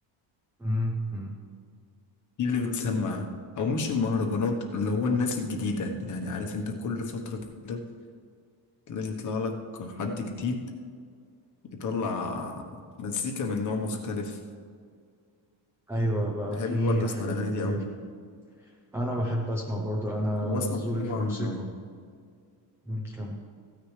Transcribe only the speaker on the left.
دي اللي بتسمع او مش المهرجانات اللي هو الناس الجديدة يعني عارف انت كل فترة كده تلاقي يطلع لك حد جديد يطلع مزيكا من نوع مختلف
بحب
برضه اسمع
الاغاني
دي اوي
واسمع طبعا